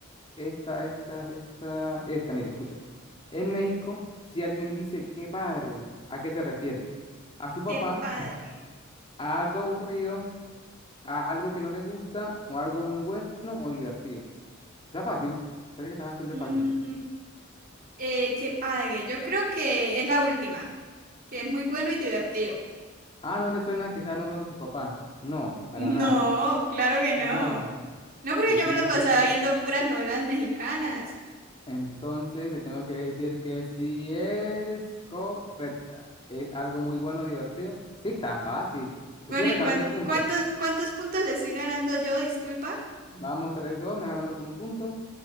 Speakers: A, on the left; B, on the right.
A: Esta, esta, esta, esta, mire, escucha. En México, si alguien dice qué padre, ¿a qué se refiere? ¿A su papá?
B: Qué padre.
A: ¿A algo aburrido? ¿A algo que no le gusta? ¿O algo muy bueno o divertido? Está fácil. Parece que está bastante
B: Mm,
A: fácil.
B: eh, qué padre. Yo creo que es la última, que es muy bueno y divertido.
A: Ah, no le suena que está nombrando a su papá. No, para
B: No,
A: nada.
B: claro que no.
A: No,
B: No, porque
A: te
B: yo
A: tengo
B: me lo pasaba
A: que...
B: viendo puras novelas mexicanas.
A: Entonces te tengo que decir que sí es correcta. Es algo muy bueno, divertido. Sí, que está fácil. Te
B: Bueno,
A: estoy regalando
B: ¿y cuán-
A: puntos.
B: cuántos, cuántos puntos le estoy ganando yo? Disculpa.
A: Vamos tres dos me vas ganando por un punto.